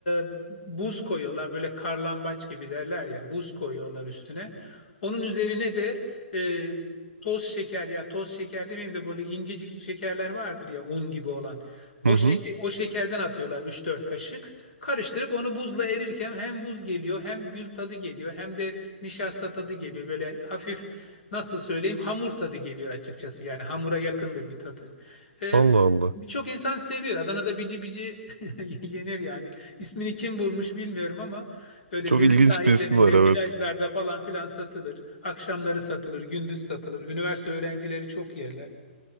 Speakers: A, on the left; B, on the right.
A: e, buz koyuyorlar. Böyle karlambaç gibi derler ya. Buz koyuyorlar üstüne. Onun üzerine de e, toz şeker ya toz şeker demeyeyim de böyle incecik şekerler vardır ya un gibi olan.
B: Hı
A: O
B: hı.
A: şeker o şekerden atıyorlar üç dört kaşık. Karıştırıp onu buzla erirken hem buz geliyor hem gül tadı geliyor hem de nişasta tadı geliyor. Böyle hafif nasıl söyleyeyim hamur tadı geliyor açıkçası. Yani hamura yakındır bir tadı. E,
B: Allah Allah.
A: Birçok insan seviyor. Adana'da bici bici <laughs> Yenir yani. İsmini kim bulmuş bilmiyorum ama öyle
B: Çok
A: deniz
B: ilginç
A: sahillerinde,
B: bir ismi var evet.
A: plajlarda falan filan satılır. Akşamları satılır, gündüz satılır. Üniversite öğrencileri çok yerler.